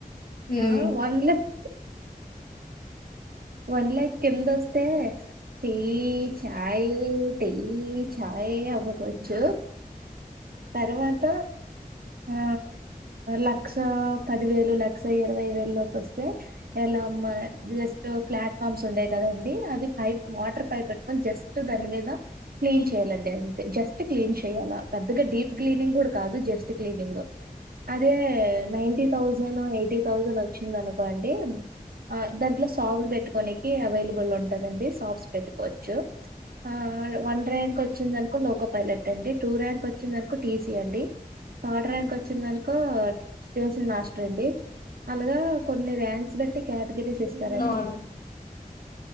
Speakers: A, on the left; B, on the right.
A: ఉమ్
B: ఆ వన్ లాక్ వన్ ల్యాక్ ఎందఅస్ తే టీ చాయి టీ చాయి అమ్మమ్ వచ్చు. తర్వాత ఆ లక్ష పదివేలు లక్ష ఎన్ వై వెల్లొకొస్తే ఎలా అమ్మా జెస్ ప్లాట్ఫామ్స్ ఉండయి కదండి పైప్ వాటర్ పై పెట్టుకొని జస్ట్ దాని
A: ఉమ్
B: మీద క్లీన్
A: ఓ
B: చేయాలండి. అంతే జస్ట్ క్లీన్ చేయాలా పెద్దగా డీప్ క్లీనింగ్ కూడా కాదు జస్ట్ క్లీనింగ్, అదే నైన్ థౌసండ్ ఎయిటీ థౌసండ్ వచ్చింది అనుకోండి ఆ దాంట్లోస్ సాగులు పెట్టుకోనికి అవైలబుల్ ఉంటదండి సఫ్స్ పెట్టుకోవచ్చు. ఆ వన్ ర్యాంక్ వచ్చిందనుకో లోకో పైలట్ అండి టూ ర్యాంక్ వచ్చిందనుకో టీసీ అండి. థర్డ్ ర్యాంక్ వచ్చిందినుకో స్టేషన్ మాస్టర్ అండి అలాగా కొన్ని ర్యాంక్స్ బట్టి కేటగిరీస్ ఇస్తారండి.
A: <unintelligible>